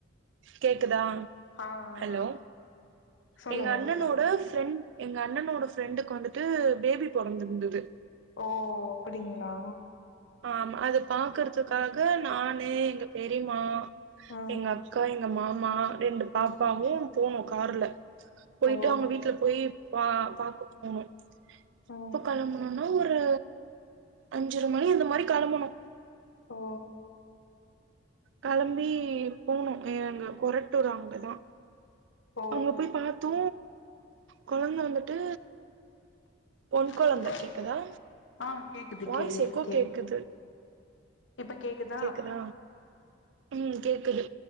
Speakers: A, on the right; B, on the left.
A: கேக்குதா
B: ஆ ஆ
A: ஹலோ
B: ஆ சொல்லுங்க
A: எங்க அண்ணனோட ஃப்ரெண்ட் எங்க அண்ணனோட ஃப்ரெண்டுக்கு வந்துட்டு பேபி பொறந்திருந்துது
B: ஓ அப்டிங்ளா
A: ஆமா அது பாக்குறதுக்காக நானு எங்க பெரிம்மா
B: ஆ
A: எங்க அக் அக்கா எங்க மாமா ரெண்டு பாப்பாவு
B: ஆ
A: போனு கார்ல போயிட்டு
B: ஓ
A: அவங்க வீட்ல போய் பா பாக்க போனோ
B: ஆ
A: எப்ப கெளம்பனும்னா ஒரு ஒரு அஞ்சர மணி அந்த மாரி கெளம்பனு
B: ஓ
A: களம்பி போணு எங்க கொரட்டூர் அங்கதா
B: ஓ
A: அங்க போய் பாத்து கொழந்த வந்துட்டு பொண் கொழந்த
B: ஒன் கொ
A: கேக்குதா
B: ஆ கேக்குது
A: வாய்ஸ்
B: கேக்குது
A: எக்கோ கேக்குது
B: இப்ப கேக்குது
A: கேக்குதா ம் கேக்குது